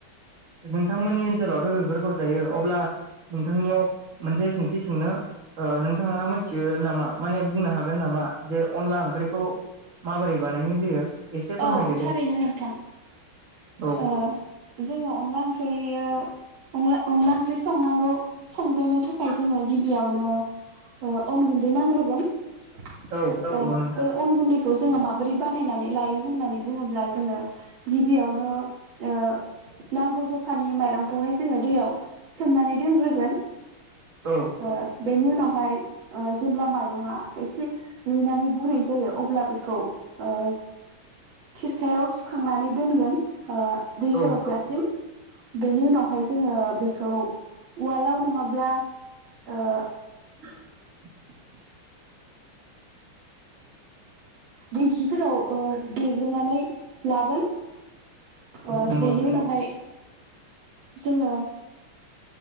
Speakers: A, on the right; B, on the right.
A: नोंथांमोननि ओनसोलावथ' बेफोरखौ जायो अब ब्ला नोंथांनियाव मोनसे सोंथि सोंनो ओ नोंथांङा मिथियो नामा माने बुंनो हागोन नामा जे अनला ओंख्रिखौ माबोरै बानायनाय जायो? एसे फोरमायदो
B: औ थारैनो
A: दे
B: नोंथां। थां
A: औ
B: ओ जोंङो अन ला ओंख्रियोव अंला अनला ओंख्रि संनांगौ। संग्रोनो थाखाय जोंङो गिबियावनो ओ अन गुन्दै नांग्रोगोन। ओ
A: औ
B: अ
A: नंगौ नोंथां
B: बे अन गुन्दै बेखौ जोंङो माबोरै बानायनानै लायो होननानै बुंङोब्ला जोंङो गिबियावनो ओ नांगौ जखानि माइरंखौहाय जोंङो दैयाव सोमनानै दोनग्रोगोन।
A: औ
B: ओ बेनि उनावहाय ओ जेब्ला माइरंङा एसे रुइनानै गुरै जायो अब्ला बेखौ ओ खिरखायाव सुखांनानै दोनगोन ओ दै
A: औ
B: सरबजासिम बेनि उनावहाय जोङो बेखौ उवालाव नङाब्ला ओ
A: <unintelligible>
B: दिेंखिफोराव ओ देग ग्रोनानै लागोन ओ
A: नंगौ
B: बेनि
A: नंगौ
B: उनावहाय जोङो